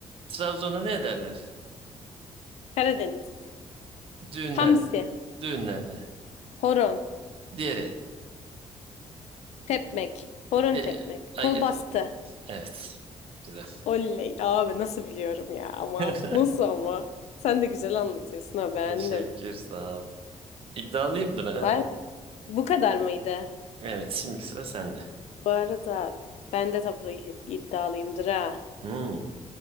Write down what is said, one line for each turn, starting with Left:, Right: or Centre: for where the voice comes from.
Right: Trabzon'a ne derler?
Left: Karadeniz.
Right: Düğünlerde,
Left: Hamsi.
Right: düğünlerde.
Left: Horon.
Right: Diğeri.
Left: Tepmek. Horon
Right: Di-
Left: tepmek.
Right: Hayır,
Left: Kol bastı.
Right: evet. Güzel.
Left: Oley. Abi nasıl biliyorum ya ama.
Right: <laughs>
Left: Nasıl ama? Sen de güzel anlatıyorsun ha beğendim.
Right: Teşekkür, sağ ol. İddialıyımdır ha.
Left: Var mı? Bu kadar mıydı?
Right: Evet, şimdiki sıra sende.
Left: Bu arada ben de tablo id- iddialıyımdır ha.
Right: Hmm,